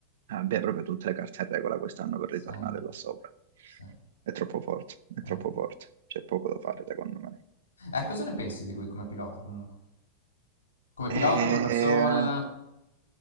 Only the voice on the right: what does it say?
abbiano proprio tutte le carte in regola quest'anno per
ritornare là sopra.
È troppo forte, è troppo
forte, c'è poco da fare secondo me.
Eh,